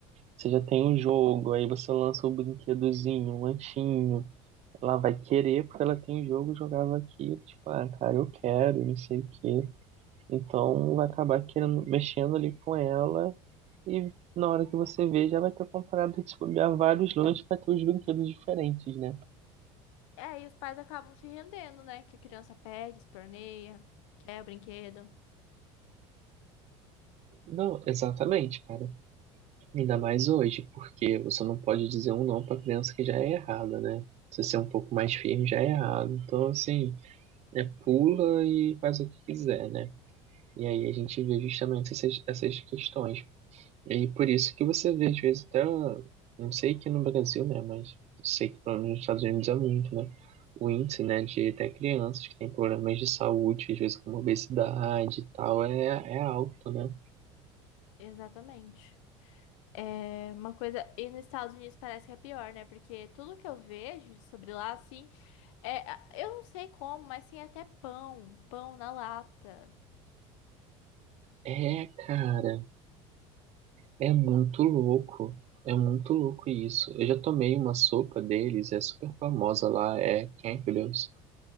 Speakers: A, on the right; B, on the left.
A: você já tem um jogo, aí você lança um brinquedozinho, um lanchinho. Ela vai querer porque ela tem jogo, jogava aqui, tipo, ah, cara, eu quero, não sei o quê. Então vai acabar querendo, mexendo ali com ela e na hora que você vê já vai ter comprado, tipo, já vários lanches para ter os brinquedos diferentes, né?
B: É, e os pais acabam se rendendo, né? Que a criança pede, esperneia, quer o brinquedo.
A: Não, exatamente, cara. Ainda mais hoje, porque você não pode dizer um não para criança que já é errada, né? Se você é um pouco mais firme, já é errado. Então, assim, é pula e faz o que quiser, né? E aí a gente vê justamente essas, essas questões. E por isso que você vê, às vezes, até, não sei que no Brasil, né, mas sei que pelo menos nos Estados Unidos é muito, né, o índice, né, de até crianças que têm problemas de saúde, às vezes como obesidade e tal, é, é alto, né?
B: Exatamente. É uma coisa. E nos Estados Unidos parece que é pior, né? Porque tudo que eu vejo sobre lá, assim. É, eu não sei como, mas tem até pão. Pão na lata.
A: É, cara, é muito louco, é muito louco isso. Eu já tomei uma sopa deles, é super famosa lá, é Campbell's.